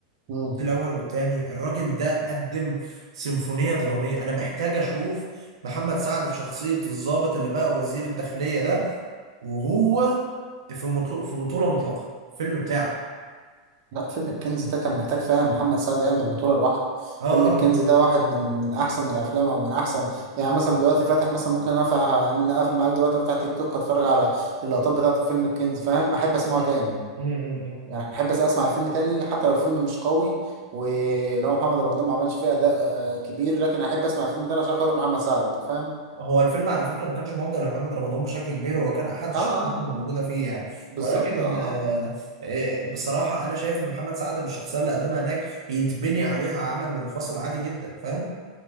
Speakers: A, on the right; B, on the right.
A: مم.
B: الأول والتاني الراجل ده قدم سيمفونية درامية أنا محتاج أشوف محمد سعد في شخصية الضابط اللي بقى وزير الداخلية ده وهو في مطلق في بطولة مطلقة الفيلم بتاعه
A: لا فيلم الكنز ده كان محتاج فعلا محمد سعد يعمل بطولة لوحده
B: اه
A: فيلم
B: اه
A: الكنز ده واحد من من احسن الافلام او من احسن يعني مثلا دلوقتي فاتح مثلا ممكن افتح ان اقفل معاك دلوقتي افتح تيك توك اتفرج على اللقطات بتاعته في فيلم الكنز فاهم احب اسمعه
B: مم.
A: تاني
B: مم، مم.
A: يعني احب أس- اسمع الفيلم تاني حتى لو الفيلم مش قوي ولو محمد رمضان ما عملش فيه اداء آه، كبير لكن احب اسمع الفيلم تاني عشان خاطر محمد سعد انت فاهم
B: هو الفيلم على فكرة ما كانش موجه لمحمد رمضان بشكل كبير هو كان أحد
A: اه
B: الشخصيات
A: اه آه،
B: اللي موجودة فيه يعني
A: بالظبط
B: ولكن
A: اه
B: آه،
A: آه.
B: آه، بصراحة أنا شايف إن محمد سعد بالشخصية اللي قدمها هناك يتبني عليها عمل منفصل عادي جدا فاهم